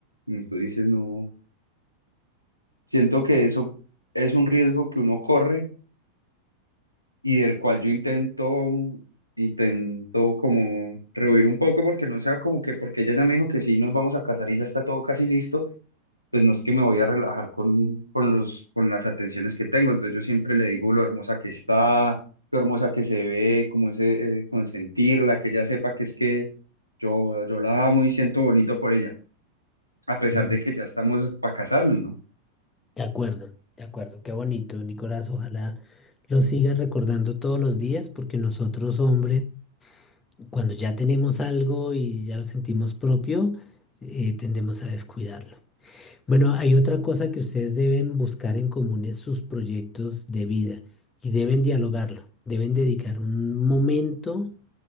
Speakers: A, on the left; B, on the left.
A: Como tú dices, no, siento que eso es un riesgo que uno corre y del cual yo intento, mm, intento como rehuir un poco porque no sea como que porque ella ya me dijo que sí, nos vamos a casar y ya está todo casi listo, pues no es que me voy a relajar con, con los, con las atenciones que tengo, entonces yo siempre le digo lo hermosa que está, lo hermosa que se ve, como ese eh, consentirla, que ella sepa que es que yo, yo la amo y siento bonito por ella, a pesar
B: Mm.
A: de que ya estamos para casarnos, ¿no?
B: De acuerdo, de acuerdo, qué bonito, Nicolás. Ojalá lo sigas recordando todos los días porque nosotros hombres... Cuando ya tenemos algo y ya lo sentimos propio, eh, tendemos a descuidarlo. Bueno, hay otra cosa que ustedes deben buscar en común es sus proyectos de vida y deben dialogarlo. Deben dedicar un momento